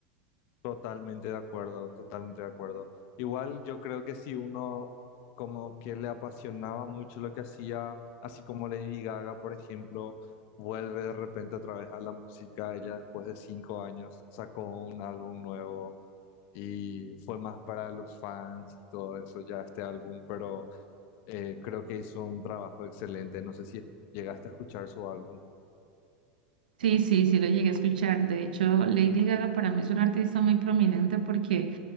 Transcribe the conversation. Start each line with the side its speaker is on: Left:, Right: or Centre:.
Left: Totalmente de acuerdo, totalmente de acuerdo. Igual yo creo que si uno como que le apasionaba mucho lo que hacía, así como Lady Gaga, por ejemplo, vuelve de repente otra vez a la música, ella después de cinco años sacó un álbum nuevo y fue más para los fans y todo eso ya este álbum, pero eh, creo que hizo un trabajo excelente. No sé si llegaste a escuchar su álbum.
Right: Sí, sí, sí lo llegué a escuchar. De hecho, Lady Gaga para mí es una artista muy prominente porque